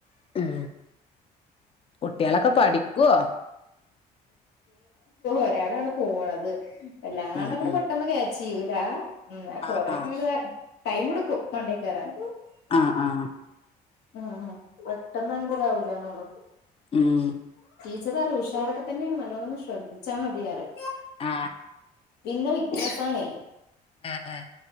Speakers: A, on the left; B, on the left.
A: ഉം കുട്ടികളൊക്കെ പഠിക്കുവ
B: ഒരാളാണ് പോണത് എല്ലാങാണ്ടങ്ങ്
A: ഉം ഉം
B: പെട്ടെന്ന് <unintelligible> ചെയ്യൂലാ കൊറേക്കെ
A: ആഹ് ആഹ്
B: ങ്ങള് ടൈം എടുക്കും മണ്ടേ കേറാൻ
A: ആ ആ
B: ഉം പെട്ടെന്നങ്ങെതാവൂലന്നള്ളൂ
A: ഉം
B: പച്ച പറ ഉഷാറക്കെ തന്നെയാണ് നല്ലോണംന്ന് ശ്രദ്ധിച്ചാൽ മതിയാറം
A: ആ
B: പിന്നെ വിത്യാസാണെ
A: ആ ആ